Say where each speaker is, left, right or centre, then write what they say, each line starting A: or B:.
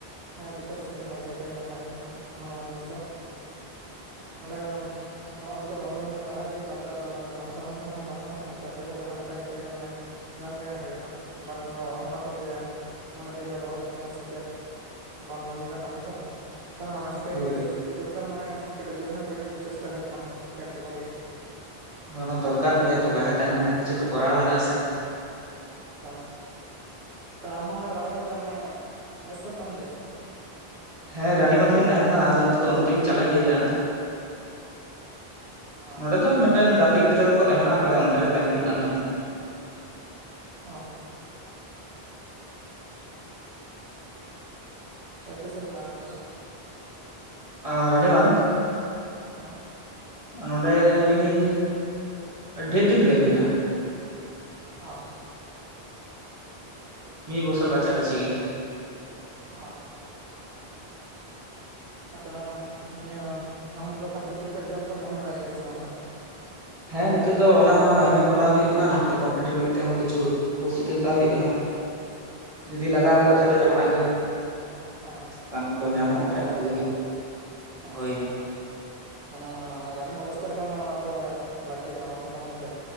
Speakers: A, on the right (about 80°); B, on the right (about 35°).
A: ᱦᱮᱸ ᱯᱨᱤᱯᱟᱨᱮᱥᱚᱱ ᱠᱚ ᱵᱷᱟᱜᱮ ᱞᱮᱠᱟᱜᱮ ᱦᱟᱛᱟᱣ ᱦᱩᱭᱩᱜ ᱠᱟᱱᱟ ᱢᱟᱱᱮ ᱱᱤᱛᱚᱜ ᱚᱸᱰᱮ ᱚᱲᱟᱜ ᱦᱚᱲ ᱠᱚ ᱫᱚᱦᱚ ᱠᱟᱹᱤᱫᱤᱧᱟ ᱯᱟᱲᱦᱟᱜ ᱞᱟᱹᱜᱤᱫ ᱛᱟᱨᱯᱚᱨᱮ ᱟᱫᱚ ᱵᱟᱝ ᱯᱟᱲᱦᱟᱣ ᱞᱮᱱᱠᱷᱟᱱ ᱦᱚᱸ ᱵᱟᱝ ᱜᱟᱱᱚᱜᱼᱟ ᱪᱟᱹᱠᱨᱤ ᱠᱚ ᱡᱟᱦᱟᱸ ᱡᱟᱦᱟᱸ ᱞᱮᱠᱟ ᱠᱟᱛᱮ ᱜᱮ ᱢᱟᱱᱮ ᱧᱟᱢ ᱜᱮ ᱦᱩᱭᱩᱜᱼᱟ ᱵᱟᱠᱷᱟᱱ ᱫᱚ ᱚᱲᱟᱜ ᱦᱚᱲ ᱠᱚ ᱞᱟᱹᱭᱟ ᱩᱱᱟᱹᱜ ᱫᱤᱱ ᱞᱮ ᱫᱚᱦᱚ ᱠᱮᱫ ᱢᱮᱭᱟ ᱥᱮᱪᱮᱫ ᱵᱟᱢ ᱧᱟᱢ ᱞᱮᱫᱟ ᱠᱟᱹᱢᱤ ᱠᱚ ᱛᱟᱦᱚᱞᱮ ᱚᱱᱟ ᱠᱷᱟᱹᱛᱤᱨ
B: ᱦᱳᱭ
A: ᱠᱟᱹᱴᱤᱡ ᱡᱳᱨᱫᱟᱨ ᱢᱟᱱᱮ ᱠᱟᱹᱴᱤᱡ ᱡᱳᱨ ᱧᱚᱜ ᱠᱟᱹᱴᱤᱡ ᱪᱮᱥᱴᱟ ᱦᱳᱭᱳᱜ ᱠᱟᱱᱟ ᱪᱟᱹᱠᱨᱤ ᱠᱚ ᱞᱟᱹᱜᱤᱫ
B: ᱚ ᱱᱟ ᱫᱚᱨᱠᱟᱨ ᱜᱤᱭᱟ ᱛᱚ ᱵᱟᱦᱨᱮ ᱛᱟᱦᱮᱱ ᱢᱟᱱᱮ ᱠᱤᱪᱷᱩ ᱛᱚ ᱠᱚᱨᱟᱣ ᱞᱟᱜᱟᱜ ᱟᱥᱮ
A: ᱦᱟ ᱛᱟᱦᱞᱮ ᱟᱢᱦᱚᱸ ᱚᱱᱟ ᱨᱟᱱᱤ ᱵᱟᱫᱽ ᱨᱮ ᱢᱟᱱᱮ ᱢᱮᱥ ᱨᱮᱢ ᱛᱟᱦᱮᱱ ᱜᱤᱭᱟ ᱥᱮ ᱪᱮᱫ?
B: ᱦᱮᱸ ᱨᱟᱱᱤ ᱢᱟᱛ ᱨᱤᱧ ᱛᱟᱦᱮᱱ ᱠᱟᱱᱟ ᱟᱫᱚ ᱤᱛᱚᱜ ᱫᱚ ᱚᱱᱛᱮ ᱜᱮ ᱪᱟᱞᱟᱜ ᱤᱧ ᱞᱟᱹᱭᱫᱟ᱾
A: ᱚ
B: ᱱᱚᱸᱰᱮ ᱫᱚ ᱢᱤᱜᱴᱮᱱ ᱜᱟᱛᱮ ᱜᱤᱫᱽᱨᱟᱹ ᱠᱚᱠᱚ ᱛᱟᱦᱮᱱᱟ ᱛᱟᱦᱞᱮ ᱚᱱᱛᱮ ᱨᱮ ᱛᱟᱦᱮᱱ ᱦᱳᱭᱳᱜ ᱠᱟᱱ ᱛᱟᱦᱮᱸᱜ
A: ᱚ ᱛᱚ ᱛᱤᱥ ᱮᱢ ᱪᱟᱞᱟᱣ ᱠᱟᱱᱟ ᱟᱢᱫᱚ?
B: ᱚ ᱨᱟᱱᱤ ᱵᱟᱱ?
A: ᱦᱮᱸ
B: ᱱᱚᱰᱮ ᱦᱩᱭᱱᱟᱹᱧ ᱰᱷᱮᱨ ᱫᱤᱱᱜᱮ ᱦᱳᱭᱱᱟ᱾
A: ᱚ
B: ᱢᱤᱫ ᱵᱚᱥᱚᱨ ᱠᱟᱪᱷᱟ ᱠᱟᱹᱪᱷᱤ ᱜᱮ᱾
A: ᱚ ᱟᱱᱛᱟᱱᱟᱝ ᱱᱤᱭᱟᱹ ᱟᱢ ᱫᱚ ᱠᱚᱢᱯᱤᱴᱤᱴᱤᱵᱷ ᱮᱠᱡᱟᱢ ᱠᱚᱢ ᱮᱢ ᱵᱟᱲᱟᱭ ᱜᱮᱭᱟ ᱥᱮ ᱵᱟᱝ ᱛᱟᱦᱟᱞᱮ?
B: ᱦᱮᱸ ᱱᱤᱛᱚᱜ ᱫᱚ ᱚᱱᱟ ᱦᱚᱸ ᱮᱢ ᱮ ᱠᱚᱨᱟᱣ ᱦᱳᱭᱳᱜ ᱠᱟᱱᱟ ᱱᱚᱛᱮ ᱠᱚᱢᱯᱤᱴᱤᱵᱷ ᱞᱟᱹᱜᱤᱫ ᱛᱮᱦᱚᱸ ᱠᱤᱪᱷᱩ ᱯᱚᱥᱛᱩᱛᱤ ᱦᱟᱛᱟᱣ ᱦᱳᱭᱳᱜ ᱠᱟᱱᱟ᱾
A: <inaudible>
B: ᱡᱩᱫᱤ ᱞᱟᱜᱟᱣ ᱜᱚᱫᱚᱜ ᱠᱷᱟᱡ ᱫᱚ ᱡᱟᱦᱟᱱᱟᱜ ᱜᱮ
A: ᱦᱮᱸ
B: ᱠᱟᱹᱢᱤ ᱠᱚ
A: ᱦᱮᱸ
B: ᱧᱟᱢᱚᱜ
A: ᱞᱟᱹᱠᱛᱤ ᱠᱟᱱᱟ
B: ᱠᱷᱟᱡ
A: ᱚᱱᱟ
B: ᱵᱷᱟᱜᱤ
A: ᱠᱚᱫᱚ
B: ᱜᱮ᱾
A: ᱦᱮᱸ
B: ᱦᱳᱭ
A: ᱢᱟᱱᱮ ᱚᱱᱟ ᱨᱟᱱᱤᱝ ᱚᱵᱚᱥᱛᱷᱟ ᱨᱮᱜᱮ ᱚᱱᱟ ᱚᱱᱟ ᱠᱚᱫᱚ ᱞᱟᱹᱠᱛᱤ ᱠᱟᱱᱟ ᱵᱟᱠᱷᱟᱱ ᱫᱚ ᱢᱟᱱᱮ ᱪᱮᱫ